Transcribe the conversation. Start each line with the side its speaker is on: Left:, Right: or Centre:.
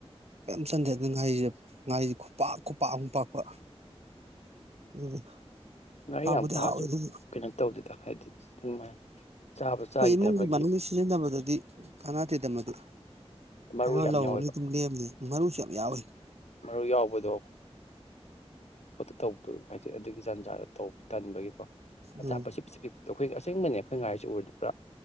Right: ꯀꯔꯤꯝ ꯆꯟꯗꯦ ꯑꯗꯨ ꯉꯥꯔꯤꯁꯦ ꯉꯥꯔꯤꯁꯦ ꯈꯨꯄꯥꯛ ꯈꯨꯄꯥꯛ ꯑꯃꯨꯛꯄꯥꯛꯥꯛꯄ ꯑꯗꯨꯗꯤ
Left: ꯉꯥꯏ
Right: ꯍꯥꯎꯕꯨꯗꯤ
Left: ꯌꯥꯝ ꯄꯥꯁꯨ
Right: ꯍꯥꯎꯋꯤ ꯑꯗꯨꯝ
Left: ꯀꯩꯅꯣ ꯇꯧꯗꯗ ꯍꯥꯏꯗꯤ ꯁꯥꯏ ꯆꯥꯕ
Right: ꯑꯩꯈꯣꯏ
Left: ꯆꯥꯈꯤꯗꯕꯒꯤ
Right: ꯏꯃꯨꯡꯒꯤ ꯃꯅꯨꯡꯒꯤ ꯁꯤꯖꯤꯟꯅꯕꯗꯗꯤ ꯀꯥꯟꯅꯗꯦꯗ <unintelligible>
Left: ꯃꯔꯨ
Right: ꯑꯃ
Left: ꯌꯥꯝ
Right: ꯂꯧꯔꯅꯤ
Left: ꯌꯥꯎꯋꯦꯕ
Right: ꯑꯗꯨꯝ ꯂꯦꯝꯅꯦ ꯃꯔꯨꯁꯨ ꯌꯥꯝ ꯌꯥꯎꯋꯦ
Left: ꯃꯔꯨ ꯌꯥꯎꯕꯗꯣ ꯇꯧꯕ ꯍꯥꯏꯗꯤ ꯑꯗꯨꯒꯤ ꯖꯟꯖꯥꯔꯗꯧꯕ ꯇꯟꯕꯒꯤ ꯑꯆꯥꯄꯠꯁꯤꯦ
Right: ꯎꯝ
Left: ꯄꯤ ꯄꯤꯛꯄꯗꯣ ꯑꯩꯈꯣꯏ ꯑꯁꯦꯡꯕꯅꯦ ꯑꯩꯈꯣꯏ ꯉꯥꯔꯤꯁꯦ ꯎꯔꯗꯤ ꯄꯨꯔꯥ